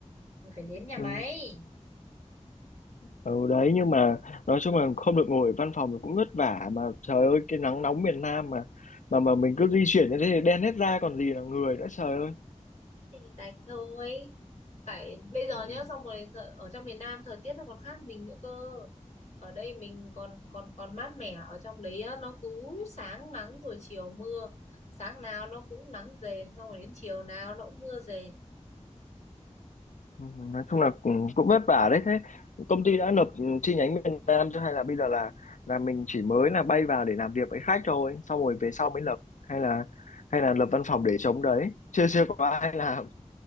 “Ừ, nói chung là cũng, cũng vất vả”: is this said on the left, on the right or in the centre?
Left